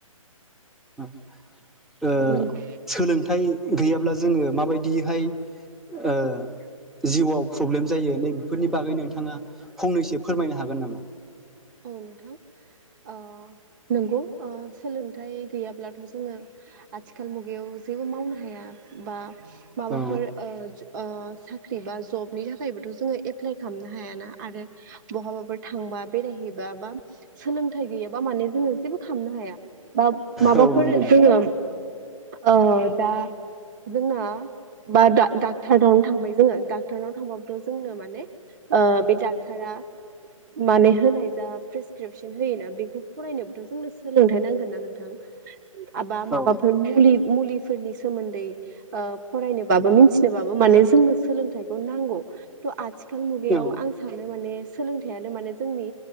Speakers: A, in the centre; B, on the right (about 35°).
A: ओ
B: औ नंगौ
A: सोलोंथाइ गैयाब्ला जोङो माबायदिहाय ओ जिउआव प्रब्लेम जायो नै बेफोरनि बागै नोंथाङा फंनैसो फोरमायनो हागोन नामा?
B: औ नोंथां ओ नंगौ ओ सोलोंथाइ गैयाब्लाथ जोङो आथिखाल मुगायाव जेबो मावनो हाया बा माबाफोर
A: औ
B: ओ ओ साख्रि बा जबनि थाखायबोथ जोङो एप्लाय खालामनो हायाना आरो बहाबाफोर थांबा बेरायहैबा बा सोलोंथाइ गैयाबा माने जोङो जेबो खालामनो हाया बा माबाफोर
A: औ नंगौ
B: जोङो औ दा जोंना बा डा डाक्टारनावनो थांबाय जोङो डक्टरनाव थांबाबो बो जोंनो माने ओ बे डाक्टरा माने होनाय जा प्रेसक्रिपसन होयोना बेखौ फरायनोबोथ जोंनो सोलोंथाइ नांगोन ना नोंथां आबा माबाफोर
A: औ
B: मुलि मुलिफोरनि सोमोन्दै ओ फरायनोबाबो मिथिनोबाबो माने जोंनो सोलोंथाइखौ नांगौ थ आथिखाल मुगायाव
A: औ
B: आं सानो माने सोलोंथाइयानो माने जोंनि